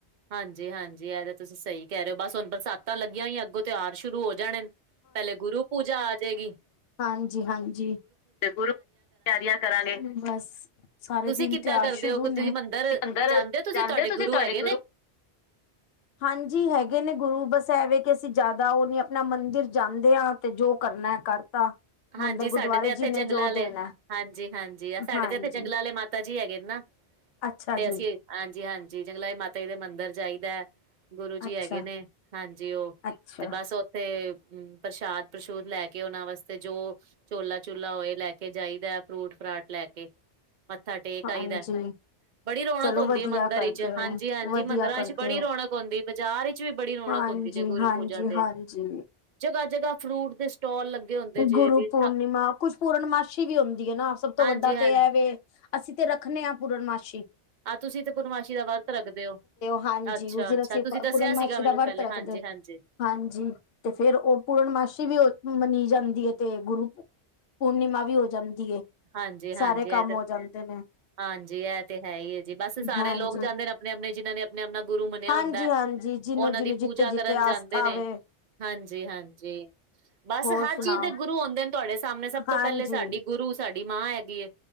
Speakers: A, on the right; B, on the left.
A: ਹਾਂਜੀ-ਹਾਂਜੀ, ਐ ਤਾਂ ਤੁਸੀਂ ਸਈ ਕੈ ਰੇ ਓ ਬਸ ਹੋਨ ਬਰਸਾਤਾਂ ਲੱਗੀਆਂ ਹੋਈਆ ਅੱਗੋਂ ਤੇਹਾਰ ਸ਼ੁਰੂ ਹੋ ਜਾਣੇ ਨ। ਪੈਲੇ ਗੁਰੂ ਪੂਜਾ ਆ ਜੇਗੀ
B: ਹਾਂਜੀ-ਹਾਂਜੀ, ਫੇਰ ਗੁਰੂ <unintelligible> ਤੇਆਰੀਆਂ ਕਰਾਂਗੇ ਬਸ। ਸਾਰੇ
A: ਤੁਸੀਂ
B: ਦਿਨ
A: ਕਿੱਦਾਂ
B: ਤੇਓਹਾਰ
A: ਕਰਦੇ
B: ਸ਼ੁਰੂ
A: ਹੋ, ਤੁਸੀਂ
B: ਨੇ,
A: ਮੰਦਿਰ
B: ਮੰਦਰ
A: ਹੋ
B: ਜਾਂਦੇ
A: ਤੁਹਾਡੇ
B: ਓ ਤੁਸੀਂ ਤੁਆੜੇ
A: ਹੈਗੇ ਨੇ
B: ਗੁਰੂ ਹਾਂਜੀ, ਹੈਗੇ ਨੇ ਗੁਰੂ ਬਸ ਐਵੇ ਕਿ ਅਸੀਂ ਜ਼ਿਆਦਾ ਉਹ ਨੀ ਆਪਣਾ ਮੰਦਿਰ ਜਾਂਦੇ ਆ ਤੇ ਜੋ ਕਰਨਾ ਕਰਤਾ।
A: ਹਾਂਜੀ
B: ਮੰਦਿਰ
A: ਸਾਡੇ
B: ਗੁਰਦੁਆਰੇ
A: ਤੇ ਇੱਥੇ
B: ਜੀ ਨੇ
A: ਜੰਗਲਾਂ
B: ਜੋ
A: ਵਾਲੇ
B: ਦੇਣਾ
A: ਹਾਂਜੀ ਹਾਂਜੀ ਆ ਸਾਡੇ
B: ਹਾਂਜੀ।
A: ਤੇ ਇੱਥੇ ਜੰਗਲਾਂ ਵਾਲੇ ਮਾਤਾ ਮਾਤਾ ਜੀ ਹੈਗੇ ਨੇ ਨਾ
B: ਅੱਛਾ
A: ਤੇ
B: ਜੀ
A: ਅਸੀਂ ਹਾਂਜੀ ਹਾਂਜੀ ਜੰਗਲਾ ਜੀ ਦੇ ਮਾਤਾ ਜੀ ਦਾ ਮੰਦਿਰ ਜਾਈ ਦਾ। ਗੁਰੂ ਜੀ
B: ਅੱਛਾ,
A: ਹੈਗੇ ਨੇ ਹਾਂਜੀ ਉਹ
B: ਅੱਛਾ
A: ਤੇ ਬਸ ਤੇ ਪ੍ਰਸ਼ਾਦ ਪ੍ਰਸ਼ੂਦ ਲੈ ਕੇ ਉਹਨਾਂ ਵਾਸਤੇ। ਤੇ ਜੋ ਚੋਲਾ ਚੁਲਾ ਹੋਏ ਲੈ ਕੇ ਜਾਈਦਾ ਫਰੂਟ ਫਰਾਟ ਲੈ ਕੇ। ਮੱਥਾ ਟੇਕ ਆਈਦਾ।
B: ਹਾਂਜੀ
A: ਬੜੀ ਰੌਣਕ
B: ਚਲੋ
A: ਹੁੰਦੀ
B: ਵਧੀਆ
A: ਮੰਦਿਰਾਂ
B: ਕਰਦੇ
A: ਵਿੱਚ
B: ਹੋ।
A: ਹਾਂਜੀ ਹਾਂਜੀ
B: ਵਧੀਆ
A: ਮੰਦਿਰਾਂ
B: ਕਰਦੇ
A: ਚ ਬੜੀ
B: ਹੋ
A: ਰੌਣਕ ਹੁੰਦੀ ਬਾਜ਼ਾਰ। ਚ ਵੀ ਬੜੀ ਰੌਣਕ
B: ਹਾਂਜੀ,
A: ਹੁੰਦੀ ਜੇ ਗੁਰੂ
B: ਹਾਂਜੀ,
A: ਪੂਜਾ ਤੇ
B: ਹਾਂਜੀ।
A: ਜਗ੍ਹਾ ਜਗ੍ਹਾ ਫਰੂਟ ਦੇ ਸਟਾਲ ਲੱਗੇ ਹੁੰਦੇ। ਜੇ
B: ਗੁਰੂ
A: ਵੀ
B: ਪੂਰਨਿਮਾ ਕੁਝ ਪੂਰਨਮਾਸ਼ੀ ਵੀ ਹੁੰਦੀ ਹੈ ਨਾ ਸਭ ਤੋਂ
A: ਹਾਂਜੀ-ਹਾਂਜੀ
B: ਵੱਡਾ ਤੇ ਇਹ ਵੈ ਅਸੀਂ ਤੇ ਰੱਖਣੇ ਹਾਂ ਪੂਰਨਮਾਸੀ।
A: ਆਹ ਤੁਸੀਂ ਤੇ ਪੂਰਨਮਾਸ਼ੀ ਦਾ ਵਰਤ ਰੱਖਦੇ ਹੋ
B: ਹਾਂਜੀ
A: ਅੱਛਾ
B: ਉਸ ਦਿਨ
A: ਅੱਛਾ
B: ਅਸੀਂ
A: ਤੁਸੀਂ ਦੱਸਿਆ
B: ਪੂਰਨਮਾਸ਼ੀ
A: ਸੀਗਾ ਮੈਨੂੰ
B: ਦਾ ਵਰਤ
A: ਪਹਿਲੇ
B: ਰੱਖਦੇ
A: ਹਾਂਜੀ। ਹਾਂਜੀ,
B: ਹਾਂਜੀ ਤੇ ਫੇਰ ਉਹ ਪੂਰਨਮਾਸੀ ਵੀ ਮੰਨੀ ਜਾਂਦੀ ਐ ਤੇ ਗੁਰੂ ਪੂਰਨਿਮਾ ਵੀ ਹੋ ਜਾਂਦੀ।
A: ਹਾਂਜੀ-ਹਾਂਜੀ
B: ਸਾਰੇ ਕੰਮ
A: ਇਹ ਤੇ
B: ਹੋ ਜਾਂਦੇ ਨੇ।
A: ਹਾਂਜੀ ਇਹ ਤੇ ਹੈ ਹੀ ਹੈ ਜੀ ਬਸ ਸਾਰੇ
B: ਹਾਂਜੀ
A: ਲੋਕ ਜਾਂਦੇ ਨੇ ਆਪਣੇ ਆਪਣੇ ਜਿਹਨਾਂ ਨੇ ਆਪਣੇ ਆਪਣਾ ਗੁਰੂ ਮੰਨਿਆ
B: ਹਾਂਜੀ
A: ਹੁੰਦਾ।
B: ਹਾਂਜੀ ਜਿਹਨੂੰ
A: ਉਹਨਾਂ
B: ਜਿਹਨੂੰ
A: ਦੀ
B: ਜਿੱਥੇ
A: ਪੂਜਾ
B: ਜਿੱਥੇ
A: ਕਰਨ
B: ਆਸਥਾ
A: ਜਾਂਦੇ ਨੇ
B: ਵੇ
A: ਹਾਂਜੀ ਹਾਂਜੀ। ਬਸ
B: ਹੋਰ
A: ਹਰ
B: ਸੁਣਾਓ
A: ਚੀਜ਼ ਦੇ ਗੁਰੂ ਹੁੰਦੇ ਨੇ ਤੁਹਾਡੇ ਸਾਹਮਣੇ ਸਭ
B: ਹਾਂਜੀ
A: ਤੋਂ ਪਹਿਲੇ ਸਾਡੀ ਗੁਰੂ ਸਾਡੀ ਮਾਂ ਹੈਗੀ।